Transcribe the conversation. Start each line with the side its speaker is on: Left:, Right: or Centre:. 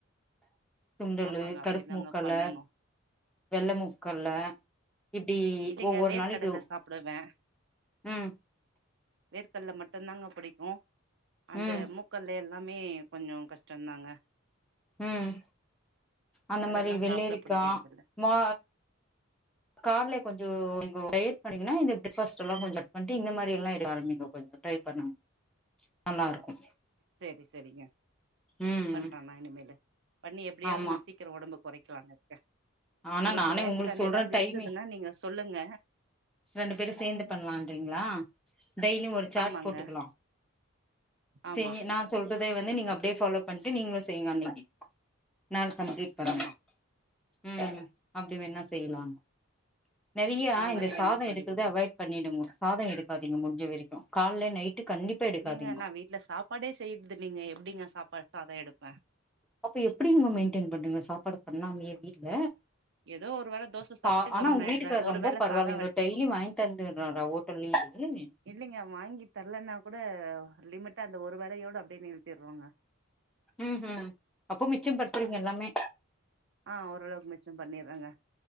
Centre: சுண்டலு
Right: ஆமாங்க அப்டிதாங்க
Centre: கருப்பு முக்கல்ல
Right: பண்ணணு
Centre: வெள்ள முக்கல்ல இப்டி
Right: இல்லங்க
Centre: ஒவ்வொரு
Right: வேர்க்கடல
Centre: நாளைக்கு
Right: சாப்பிடுவே
Centre: ம்
Right: வேர்க்கல்ல மட்டும்தாங்க புடிக்கு அந்த
Centre: ம்
Right: முக் கல்ல எல்லாமே கொஞ்சோ கஷ்டந்தாங்க
Centre: ம் அந்த
Right: அதெல்லா
Centre: மாரி வெள்ளேரிக்கா
Right: சாப்ட புடிக்கிறதில்ல
Centre: மா கால்லே கொஞ்சோ நீங்க டயட் பண்ணீங்கா இந்த பிரேக் ஃபாஸ்ட் எல்லா கொஞ்சோ கட் பண்ணிட்டு இந்த மாரி எல்லா எடுக்க ஆரம்பிங்க கொஞ்சோ ட்ரை பண்ணுங்க நல்லாருக்கு
Right: சேரி சேரிங்க
Centre: ம்
Right: பண்ற நா இனிமேலு பண்ணி எப்டியாவது
Centre: ஆமா
Right: நா சீ க்கிரோ ஒடம்பு கொறைக்கலானு இருக்க
Centre: ஆனா
Right: உங்களுக்கு
Centre: நானே
Right: டயட் பிளான்
Centre: சொல்ற
Right: ஏதாவது
Centre: டைமிங்
Right: இருந்ததுன்னா நீங்க சொல்லுங்க
Centre: ரெண்டு பேரும் சேந்து பண்ணலாம்றீங்ளா டெய்லியு ஒரு சார்ட்
Right: ஆமாங்க
Centre: போட்டுக்கலா,
Right: ஆமா
Centre: சேரி நா சொல்றதே வந்து நீங்க அப்படியே ஃபாலோ பண்ணிட்டு நீங்களு செய்ங்க அன்னைக்கி, நானு கம்ப்ளீட் பண்ண
Right: ஆமா
Centre: ம் அப்டி வேனா செய்லா, நெறைய
Right: அந்த
Centre: இந்த
Right: மாரி வேணா
Centre: சாதோ
Right: சொல்லி
Centre: எடுக்கறத
Right: குடுங்க
Centre: அவாய்ட் பண்ணிடுங்க சாதம் எடுக்காதிங்க முடிஞ்ச வரைக்கு கால்ல நைட்டு கண்டிப்பா எடுக்காதீங்க
Right: இல்லைங்க நா வீட்ல சாப்பாடே செய்றது இல்லைங்க எப்டிங்க சாப்பாடு சாதம் எடுப்பே
Centre: அப்ப எப்படிங்க மெயின்டெயன் பண்றீங்க சாப்பாடு பண்ணாமையே வீட்ல
Right: ஏதோ ஒரு வேள தோச சாப்ட்டு
Centre: ஆ ஆனா
Right: கம்முனு
Centre: உங்க
Right: ஆயிடுவே
Centre: வீட்டுக்காரு
Right: ஒரு
Centre: ரொம்ப
Right: வேள
Centre: பரவாயில்லங்க
Right: சாதோ வடிச்சிட்டு
Centre: டெய்லி வாங்கி தந்துட்றாரா ஓ ட்டல்யே டெய்லி
Right: இல்லைங்க வாங்கி தரலன்னா கூட லிமிட்டா அந்த ஒரு வேளையோட அப்டியே நிறுத்திட்றோங்க
Centre: ம்ஹூம் அப்ப மிச்சம் படுத்துறீங்க எல்லாமே
Right: ஆ ஓரளவுக்கு மிச்சம் பண்ணிட்றேங்க